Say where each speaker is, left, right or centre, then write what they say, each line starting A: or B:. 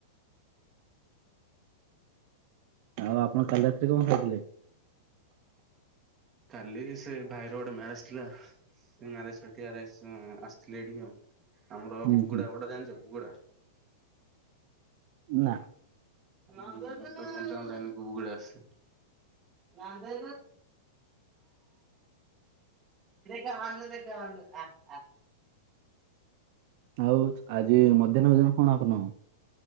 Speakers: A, on the right; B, on the right.
A: ଆଉ ଆପଣ କାଲି ରାତିରେ କଣ ଖାଇଥିଲେ?
B: କାଲି ସେ ଭାଇର ଗୋଟେ ମ୍ୟାରେଜ ଥିଲା। ସେମାନୋରେଠିକରେ ଆସିଥିଲେ ଏଠିକେ ଆଉ ଆମର
A: ହୁଁ
B: ବୁଗୁଡା
A: ହୁଁ
B: ଗୋଟେ ଜାଣିଛ ବୁଗୁଡା।
A: ନା।
B: ତା ଏକୁୁକୁଡା ଆସ। ଏ ଦେ ଦେଖ ଆ ଆ।
A: ଆଉ ଆଜି ମଧ୍ୟାହ୍ନ ଭୋଜନ କଣ ଆପଣ